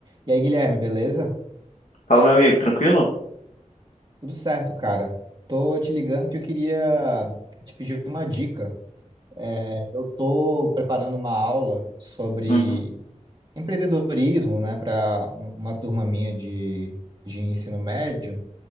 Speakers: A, on the right (about 35°); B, on the left (about 70°).
A: E aí, Guilherme, beleza?
B: Fala, meu amigo, tranquilo?
A: Tudo certo, cara. Tô te ligando que eu queria te pedir uma dica. É, eu tô preparando uma aula sobre
B: Uhum,
A: empreendedorismo, né, para uma turma minha de, de ensino médio.